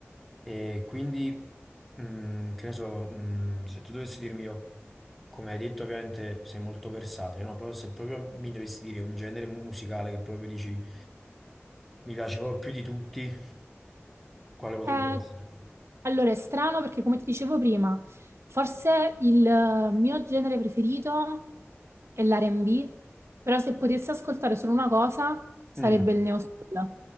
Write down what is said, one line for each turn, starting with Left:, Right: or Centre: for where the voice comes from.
Centre: E quindi, mm, che ne so, mm, se tu dovessi dirmi, io, come hai detto, ovviamente sei molto versatile, no? Però se proprio mi dovessi dire un genere musicale che proprio dici mi piace proprio più di tutti, quale potrebbe
Right: Eh,
Centre: essere?
Right: allora, è strano perché, come ti dicevo prima, forse il eh, mio genere preferito è l'R&B, però se potessi ascoltare solo una cosa sarebbe
Centre: Mm,
Right: il neo soul,